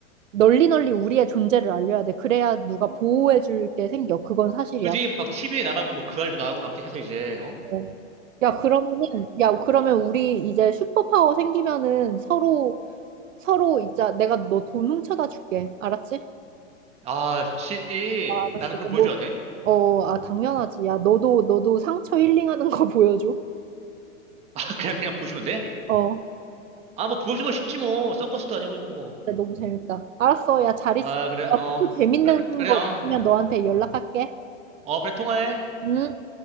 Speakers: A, on the right (about 70°); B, on the right (about 15°).
A: 널리 널리 우리의 존재를 알려야 돼. 그래야 누가 보호해줄 게 생겨. 그건 사실이야.
B: 그지? 막 TV에 나가고 뭐 그알도 나가고 막 이렇게 해서 이제, 어?
A: 어. 야, 그러면은, 야, 그러면 우리 이제 슈퍼파워 생기면은 서로, 서로, 있자. 내가 너 돈 훔쳐다 줄게. 알았지?
B: 아, 좋지.
A: 알았어.
B: 나는 그럼 뭐
A: 뭐,
B: 해줘야 돼?
A: 어, 아, 당연하지. 야, 너도, 너도 상처 힐링하는 거 <laughs> 보여줘.
B: <laughs> 아, 그냥, 그냥 보여주면 돼?
A: 어.
B: 아, 뭐 보여주면 쉽지 뭐. 서커스도 아니고 이거 뭐.
A: 진짜 너무 재밌다. 알았어. 야, 잘 있어.
B: 아, 그래, 어.
A: 어, 또 재밌는
B: 그래, 그래,
A: 거
B: 어.
A: 있으면 너한테 연락할게.
B: 어, 그래, 통화해.
A: 응?